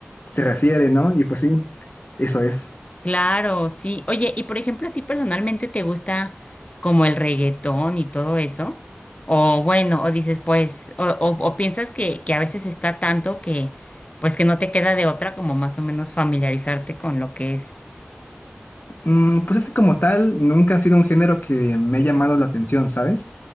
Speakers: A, on the left; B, on the left.
A: se refiere, ¿no? Y pues sí, eso es.
B: claro, sí. Oye, y por ejemplo, ¿a ti personalmente te gusta como el reggaetón y todo eso? O bueno, o dices, pues, o, o, o piensas que, que a veces está tanto que, pues que no te queda de otra como más o menos familiarizarte con lo que es.
A: Mm, pues ese como tal nunca ha sido un género que me ha llamado la atención, ¿sabes?